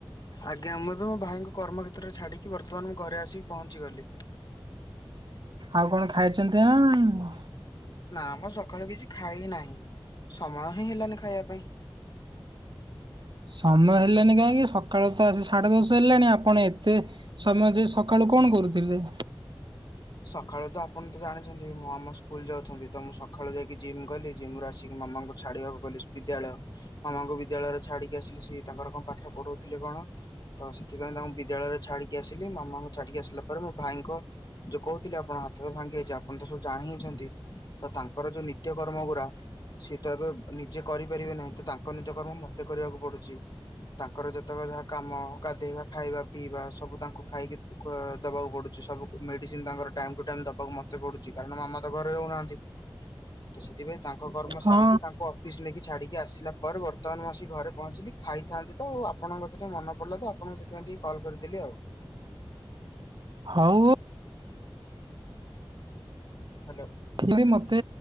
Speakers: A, on the left (about 50°); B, on the right (about 55°).
A: ଆଜ୍ଞା ମୁଁ ତ ମୋ ଭାଇଙ୍କୁ କର୍ମ କ୍ଷେତ୍ରରେ ଛାଡିକି ବର୍ତ୍ତମାନ ମୁଁ ଘରେ ଆସିକି ପହଞ୍ଚିଗଲି।
B: ଆଉ କଣ ଖାଇଛନ୍ତି ନା ନାଇଁ?
A: ନା ମ ସକାଳୁ କିଛି ଖାଇ ନାହିଁ ସମୟ ହିଁ ହେଲାନି ଖାଇବା ପାଇଁ।
B: ସମୟ ହେଲନି କାହିଁକି ସକାଳ ତ ଆସି ସାଢ଼େ ଦଶ ହେଲାଣି ଆପଣ ଏତେ ସମୟ ସକାଳୁ କଣ କରୁଥିଲେ?
A: ସକାଳୁ ତ ଆପଣ ତ ଜାଣିଛନ୍ତି ମୋ ମାମା ସ୍କୁଲ ଯାଉଛନ୍ତି ତ ମୁଁ ସକାଳୁ ଯାଇକି ଜିମ୍ ଗଲି ଜିମରୁ ଆସିକି ମାମା ଛାଡିବାକୁ ଗଲି ବିଦ୍ୟାଳୟ ମାମାଙ୍କୁ ବିଦ୍ୟାଳୟରେ ଛାଡିକି ଆସିଲି ସିଏ ତାଙ୍କର କଣ ପାଠ ପଢଉଥିଲେ କଣ ତ ସେଥିପାଇଁ ତାଙ୍କୁ ବିଦ୍ୟାଳୟରେ ଛାଡିକି ଆସିଲି ମାମାଙ୍କୁ ଛାଡିକି ଆସିଲା ପରେ ମୁଁ ଭାଇଙ୍କ ଯୋଉ କହୁଥିଲି ଆପଣ ହାତ ଭାଙ୍ଗି ଯାଇଛି ଆପଣ ତ ସବୁ ଜାଣି ହିଁ ଛନ୍ତି ତ ତାଙ୍କର ଯୋଉ ନିତ୍ୟ କର୍ମ ଗୁଡା ସିଏ ତ ଏବେ ନିଜେ କରିପାରିବେ ନାହିଁ ତ ତାଙ୍କ ନିତ୍ୟ କର୍ମ ମତେ କରିବାକୁ ପଡୁଛି। ତାଙ୍କର ଯେତେବେଳେ ଯାହା କାମ ଗାଧେଇବା ଖାଇବା ପିଇବା ସବୁ ତାଙ୍କୁ ଖାଇକି ଦେବାକୁ ପଡୁଛି ସବୁ ମେ ମେଡିସିନ ତାଙ୍କର ଟାଇମ କୁ ଟାଇମ ଦେବାକୁ ମତେ ପଡୁଛି କାରଣ ମାମା ତ ଘରେ ରହୁନାହାନ୍ତି ତ ସେଥିପାଇଁ ତା କର୍ମ ସାରିକି
B: ହଁ
A: ତାଙ୍କ ଫିସ୍ ନେଇକି ଛାଡିକି ଆସିଲା ପରେ ବର୍ତ୍ତମାନ ମୁଁ ଆସି ଘରେ ପହଞ୍ଚିଲି ଖାଇଥାନ୍ତି ତ ଆ ଆପଣଙ୍କ କଥା ଟିକେ ମନ ପଡ଼ିଲା ତ ଆପ ଆପଣଙ୍କୁ ସେଥିପାଇଁ ଟିକେ କଲ୍ କରିଦେଲି ଆଉ।
B: ହଉ
A: ହ୍ୟାଲୋ।
B: ଯଦି ମୋତେ